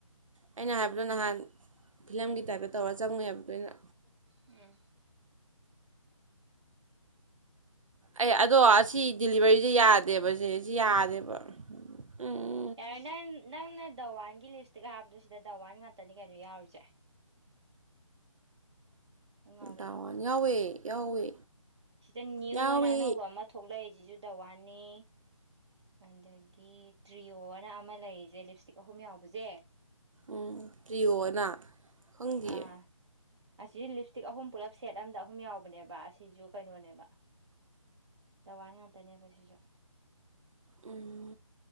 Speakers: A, on the right; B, on the right.
A: ꯑꯩꯅ ꯍꯥꯏꯕꯗꯣ ꯅꯍꯥꯟ ꯐꯤꯂꯝꯒꯤ
B: ꯎꯝ
A: ꯇꯥꯏꯞꯇ ꯇꯧꯔ ꯆꯪꯉꯨꯏ ꯍꯥꯏꯕꯗꯣ ꯑꯩꯅ
B: ꯎꯝ
A: ꯑꯩ ꯑꯗꯣ ꯑꯁꯤ ꯗꯤꯂꯤꯚꯔꯤꯖꯦ ꯌꯥꯗꯦꯕꯁꯦ ꯌꯥꯗꯦꯕ ꯎꯝ
B: ꯌꯥꯔꯦ ꯅꯪ ꯅꯪꯅ ꯗꯋꯥꯟꯒꯤ ꯂꯤꯞꯁꯇꯤꯛ ꯍꯥꯏꯕꯗꯣ ꯁꯤꯗ ꯗꯋꯥꯟ ꯉꯥꯛꯇꯅꯤ ꯀꯩꯅꯣ ꯌꯥꯎꯔꯤꯁꯦ ꯑꯉꯥꯎꯕꯤ
A: ꯗꯥꯎ ꯌꯥꯎꯋꯦ ꯌꯥꯎꯋꯦ
B: ꯁꯤꯗ ꯅꯤ꯭ꯎ
A: ꯌꯥꯎꯋꯦ
B: ꯍꯥꯏꯅꯥ ꯑꯅꯧꯕ ꯑꯃ ꯊꯣꯛꯂꯛꯏꯖꯤꯖꯨ ꯗꯋꯥꯟꯅꯤ ꯑꯗꯒꯤ ꯇ꯭ꯔꯤꯌꯣ ꯑꯅ ꯑꯃ ꯂꯩꯔꯤꯖꯦ ꯂꯤꯞꯁꯇꯤꯛ ꯑꯍꯨꯝ ꯌꯥꯎꯕꯖꯦ
A: ꯎꯝ ꯄ꯭ꯔꯤꯌꯣ ꯑꯅ ꯈꯪꯗꯤꯌꯦ
B: ꯑꯥ ꯑꯁꯤ ꯂꯤꯞꯁꯇꯤꯛ ꯑꯍꯨꯝ ꯄꯨꯂꯞ ꯁꯦꯠ ꯑꯝꯗ ꯑꯍꯨꯝ ꯌꯥꯎꯕꯅꯦꯕꯥ ꯑꯁꯤꯖꯨ ꯀꯩꯅꯣꯅꯦꯕ ꯗꯋꯥꯟ ꯉꯥꯛꯇꯅꯦꯕ ꯁꯤꯁꯨ
A: ꯎꯝ